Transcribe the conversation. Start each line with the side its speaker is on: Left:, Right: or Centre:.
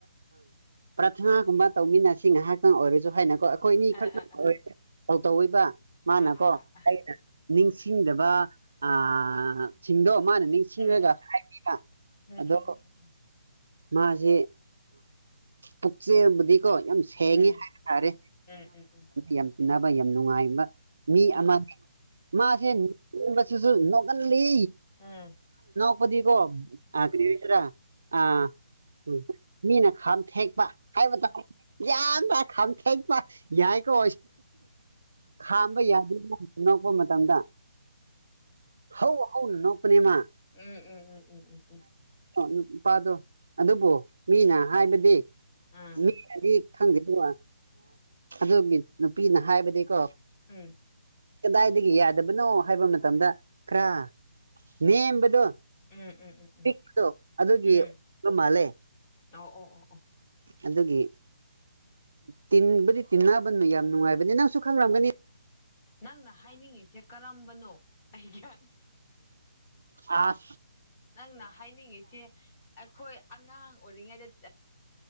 Right: ꯄ꯭ꯔꯥꯊꯅꯥꯒꯨꯝꯕ ꯇꯧꯃꯤꯟꯅꯁꯤ ꯉꯥꯏꯍꯥꯛꯇꯪ ꯑꯣꯏꯔꯁꯨ ꯍꯥꯏꯅꯀꯣ ꯑꯩꯈꯣꯏ ꯑꯅꯤ
Left: ꯑꯥ
Right: ꯈꯛꯇꯪ ꯑꯣꯏ ꯇꯧ ꯇꯧꯤꯕ ꯃꯥꯅꯀꯣ
Left: ꯑꯥ ꯑꯥ
Right: ꯑꯩꯅ ꯅꯤꯡꯁꯤꯡꯗꯕ ꯑ ꯁꯤꯡꯗꯣ ꯃꯥꯅ ꯅꯤꯡꯁꯤꯡꯉꯒ
Left: ꯑꯥ
Right: ꯍꯥꯏꯒꯕ
Left: ꯎꯝ ꯎꯝ
Right: ꯑꯗꯣ
Left: ꯎꯝ ꯎꯝ
Right: ꯃꯥꯁꯦ ꯑ ꯄꯨꯆꯦ ꯀꯣ ꯌꯥꯝ ꯁꯦꯡꯉꯦ
Left: ꯎꯝ
Right: ꯍꯥꯏꯇꯥꯔꯦ
Left: ꯎꯝ ꯎꯝ ꯎꯝ
Right: ꯌꯥꯝ ꯆꯤꯅꯕ ꯌꯥꯝ ꯅꯨꯡꯉꯥꯏꯕ ꯃꯤ
Left: ꯎꯝ
Right: ꯑꯃ ꯃꯥꯁꯦ ꯅꯕꯁꯤꯁꯨ ꯅꯣꯛꯍꯜꯂꯤ
Left: ꯑꯝ
Right: ꯄꯗꯤꯒꯣꯇ꯭ꯔꯥ ꯑ ꯎꯝ ꯃꯤꯅ ꯈꯥꯝ ꯊꯦꯛꯄ ꯍꯥꯏꯕ ꯇꯥꯔꯦ ꯌꯥꯝꯗ꯭ꯔ ꯈꯥꯝ ꯊꯦꯛꯄ ꯌꯥꯏ ꯀꯣ ꯈꯥꯝꯕ ꯌꯥꯗꯗ꯭ꯔꯥ ꯅꯣꯛꯄ ꯃꯇꯝꯗ ꯍ ꯍꯧꯅꯥ ꯅꯣꯛꯄꯥꯅꯦ ꯃꯥ
Left: ꯎꯝ ꯎꯝ ꯎꯝ ꯎꯝ ꯎꯝ ꯎꯝ ꯎꯝ
Right: ꯅꯨꯄꯥꯗꯣ ꯑꯗꯨꯕꯨ ꯃꯤꯅ ꯍꯥꯏꯕꯗꯤ
Left: ꯑꯥ
Right: ꯃꯤꯅꯗꯤ ꯈꯪꯗꯦꯕ ꯑꯗꯨꯒꯤ ꯅꯨꯄꯤꯅ ꯍꯥꯏꯕꯗꯤꯀꯣ
Left: ꯎꯝ
Right: ꯀꯗꯥꯏꯗꯒꯤ ꯌꯥꯗꯕꯅꯣ ꯍꯥꯏꯕ ꯃꯇꯝꯗ ꯈꯔ ꯅꯦꯝꯕꯗꯣ
Left: ꯎꯝ ꯎꯝ ꯎꯝ ꯎꯝ
Right: ꯑꯄꯤꯛꯄꯗꯣ ꯑꯗꯨꯒꯤ
Left: ꯎꯝ
Right: ꯃꯥꯜꯂꯦ
Left: ꯑꯣ ꯑꯣ ꯑꯣ ꯑꯣ
Right: ꯑꯗꯨꯒꯤ ꯇꯤꯟꯕꯨꯗꯤ ꯇꯤꯟꯅꯕꯅꯣ ꯌꯥꯝ ꯅꯨꯡꯉꯥꯏꯕꯅꯤ ꯅꯪꯁꯨ ꯈꯪꯔꯝꯒꯅꯤ
Left: ꯎꯝ ꯅꯪꯅ ꯍꯥꯏꯅꯤꯡꯉꯤꯁꯦ ꯀꯔꯝꯕꯅꯣ ꯑꯩꯒꯤ
Right: ꯑ
Left: ꯅꯪꯅ ꯍꯥꯏꯅꯤꯡꯉꯤꯁꯤ ꯑꯩꯈꯣꯏ ꯑꯉꯥꯡ ꯑꯣꯏꯔꯤꯉꯩꯗ